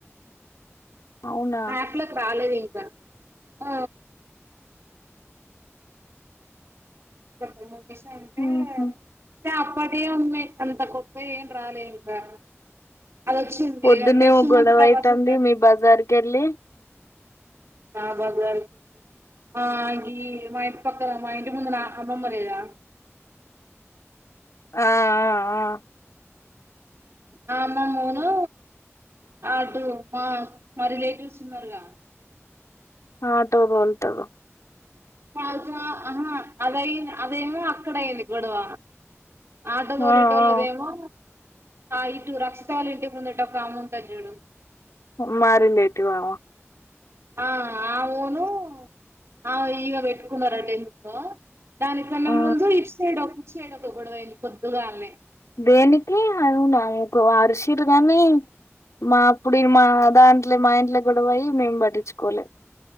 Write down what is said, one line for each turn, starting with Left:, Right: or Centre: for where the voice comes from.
Left: అవునా
Right: యాప్లోకి రాలేదు ఇంకా ఓ కొత్త మూవీస్ అంటే
Left: ఉహు
Right: టే అప్పటియే ఉన్నాయి అంత గొప్ప ఏం రాలే ఇంకా అది వచ్చింది
Left: పొద్దున్నే
Right: ఏదంటే
Left: ఓగొడవైతంది
Right: సుమంత్ ప్రభాస్ ఉంటాడు
Left: మీ బజార్ కెళ్ళి
Right: ఆ బజార్ ఆ ఈ మా ఇంటి పక్కన మా ఇంటి ముందు నా అమ్మమ్ లేదా
Left: ఆఆ ఆ
Right: ఆ అమ్మోమ్మోను అటుూ మా మా రిలేటివ్స్ ఉన్నారుగా
Left: ఆటో తోల్తాడు
Right: చల్ చ ఆహా అదయింది అదేమో అక్కడయింది గొడవ ఆటో తోలెటోళదేమో
Left: ఆ ఆ
Right: ఆ ఇటు రక్స్తతవాళ్ళ ఇంటి ముందుట ఒక ఆముంటది జుడు
Left: మా రిలేటివ్ అమా
Right: ఆ ఆ ఊను ఆమె ఇగ పెట్టుకున్నారా టెన్ లో దానికన్నా
Left: ఆ
Right: ముందు ఇట్సైడు ఒక ఇట్సైడు ఒక గొడవైంది పొద్దుగాల్నే
Left: దేనికి అవుననుకో అరిషీరుగాని మా అప్పుడు మా దాంట్లో మా ఇంట్లో గొడవ అయి మేమ్ పట్టించుకోలే